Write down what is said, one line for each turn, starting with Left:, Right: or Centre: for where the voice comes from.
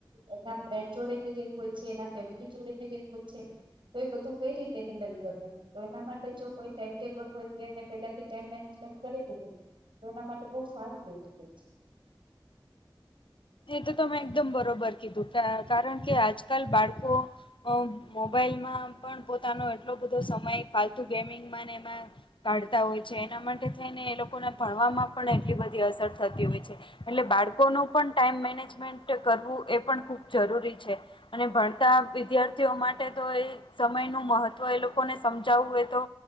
Right: એના ફ્રેન્ડ જોડે ભી <inaudible> હોય છે એના ફેમિલી જોડે ભી <inaudible> હોય છે. તો એ બધું કઈ રીતે હેન્ડલ કરે. તો એના માટે જો કોઈ ટાઈમ ટેબલ હોય કેને પેલાથી ટાઈમ મેનેજમેન્ટ કરેલું હોય? તો એના માટે બહુ સારું રહેતું હોય છે.
Left: એ તો તમે એકદમ બરોબર કીધું કા કારણ કે આજકાલ બાળકો મોબાઈલમાં પણ પોતાનો એટલો બધો સમય ફાલતું ગેમિંગમાં ને એમાં... કાઢતા હોય છે એના માટે થઈને એ લોકોને ભણવામાં પણ એટલી બધી અસર થતી હોય છે. એટલે બાળકોનો પણ ટાઈમ મેનેજમેન્ટ કરવું એ પણ ખુબ જરૂરી છે. અને ભણતા વિદ્યાર્થીઓ માટે તો એ સમય નું મહત્વ એ લોકોને સમજાવવું હોય તો.